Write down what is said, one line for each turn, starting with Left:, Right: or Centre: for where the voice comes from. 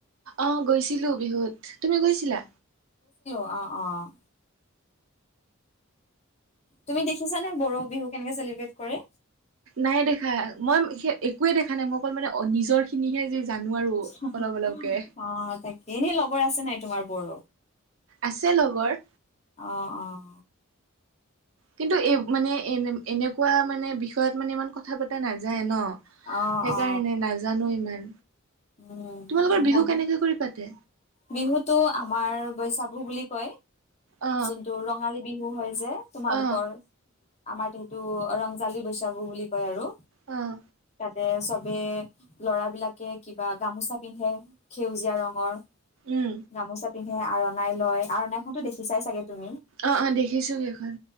Right: অ গৈছিলো বিহুত। তুমি গৈছিলা?
Left: অঁ অঁ। তুমি দেখিছা নে বড়ো বিহু কেনেকে চেলিব্ৰেট কৰে?
Right: নাই দেখা মই সেই একোৱে দেখা নাই মই অকল মানে নিজৰ খিনিহে যি জানো আৰু
Left: হুম
Right: অলপ অলপকে
Left: অ, তাকে এনেই লগৰ আছে নাই তোমাৰ ব্ৰ।
Right: আছে লগৰ।
Left: অহ, অহ
Right: কিন্তু এই মানে এনে এনেকুৱা মানে বিষয়ত মানে ইমান কথা পতা নাযায় ন?
Left: অ
Right: সেইকাৰণে
Left: অ
Right: নাজানো ইমান।
Left: উম,
Right: তোমালোকৰ বিহু
Left: ভালে
Right: কেনেকে কৰি পাতে
Left: বিহুটো আমাৰ বৈশাখ বিহু বুলি কয়,
Right: অ
Left: যোনটো ৰঙালী বিহু হয় যে তোমালোকৰ।
Right: অ
Left: আমাৰ সেইটো ৰংজালী বৈশাগু বুলি কয় আৰু।
Right: অহ।
Left: তাতে চবে ল'ৰা বিলাকে কিবা গামোচা পিন্ধে সেউজীয়া ৰঙৰ।
Right: উম
Left: গামোচা পিন্ধে আৰু অনাই লয় আৰু অনাই খন দেখি চাই চাগে তুমি।
Right: অহ, অহ দেখিছো সেইখন।